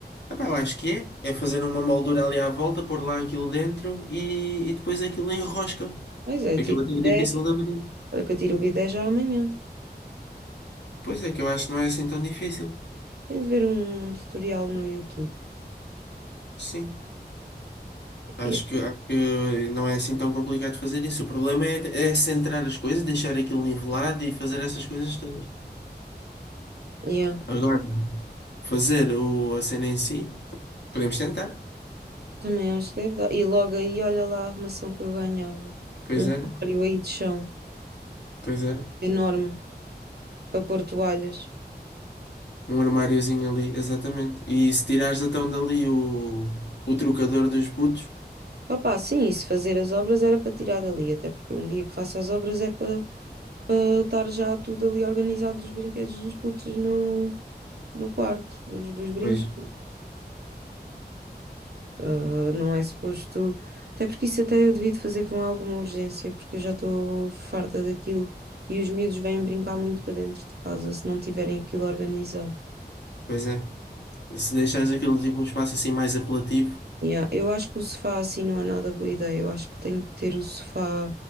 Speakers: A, on the left; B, on the right.
A: Opa, eu acho que é. É fazer uma moldura ali à volta, pôr lá aquilo dentro e, e depois aquilo enrosca.
B: Pois é, eu
A: Aquilo
B: tiro
A: até
B: o
A: é
B: bidé.
A: difícil de abrir.
B: Olha que eu tiro o bidé já amanhã.
A: Pois é, que eu acho que não é assim tão difícil.
B: Tenho de ver um tutorial no YouTube.
A: Sim. Acho
B: Yeah,
A: que, acho que não é assim tão complicado fazer isso. O problema é, é centrar as coisas, deixar aquilo nivelado e fazer essas coisas todas.
B: yeah,
A: Agora, fazer o, a cena em si, podemos tentar.
B: também acho que deve dar. E logo aí, olha lá a arrumação que eu ganhava.
A: Pois
B: Um
A: era,
B: armário aí de chão,
A: pois era.
B: enorme, para pôr toalhas.
A: Um armáriozinho ali, exatamente. E se tirares então dali o, o trocador dos putos,
B: Opa, sim, se fazer as obras era para tirar dali, até porque um dia que faço as obras é para para estar já tudo ali organizado dos brinquedos dos putos no, no quarto, dos, dos brinquedos.
A: pois,
B: Ah, não é suposto. Até porque isso até eu devia de fazer com alguma urgência, porque eu já estou farta daquilo e os miúdos vêm brincar muito para dentro de casa se não tiverem aquilo organizado.
A: pois é. Se deixares aquele tipo um espaço assim mais apelativo,
B: Yeah, Eu acho que o sofá assim não é nada boa ideia, eu acho que eu tenho que ter o sofá.